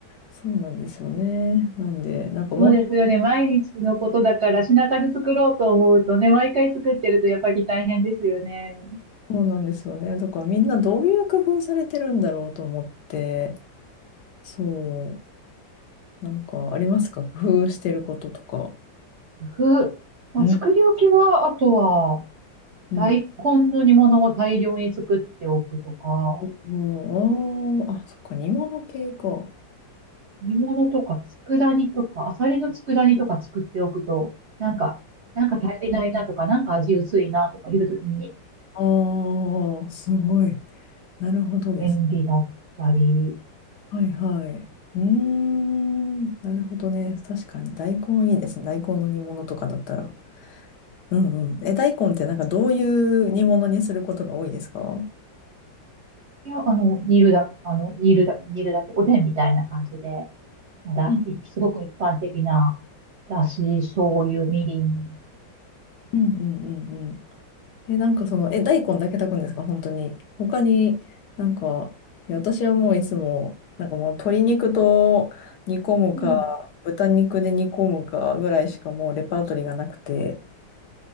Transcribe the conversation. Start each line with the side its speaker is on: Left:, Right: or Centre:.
Left: そうなんですよね。なんで、なんかもう、
Right: そうですよね。毎日のことだから品数作ろうと思うとね、毎回作ってるとやっぱり大変ですよね。
Left: そうなんですよね。だからみんなどういう工夫されてるんだろうと思って、そう、なんかありますか工夫してることとか。
Right: 工夫。まあ、
Left: うん、
Right: 作り置きは、あとは、
Left: うん。
Right: 大根の煮物を大量に作っておくとか、
Left: もうん、あーあ、そっか、煮物系か。
Right: 煮物とか佃煮とか、アサリの佃煮とか作っておくと、なんか、なんか足りないなとか、なんか味薄いなとかいうときに
Left: ああ、すごい。なるほどです。
Right: 便利だったり、
Left: はいはい。うーん、なるほどね。確かに大根いいですね。大根の煮物とかだったら。うんうん。え、大根ってなんかどういう煮物にすることが多いですか
Right: いや、あの、煮るだ、あの、煮るだ、煮るだけ、おでんみたいな感じで。なんだ、
Left: うん
Right: いすごく一般的な、だし、醤油、みりん。
Left: うんうんうんうん。え、なんかその、え、大根だけ炊くんですか本当に。他になんか、いや、私はもういつも、なんかもう鶏肉と煮込むか、
Right: うん。
Left: 豚肉で煮込むかぐらいしかもうレパートリーがなくて。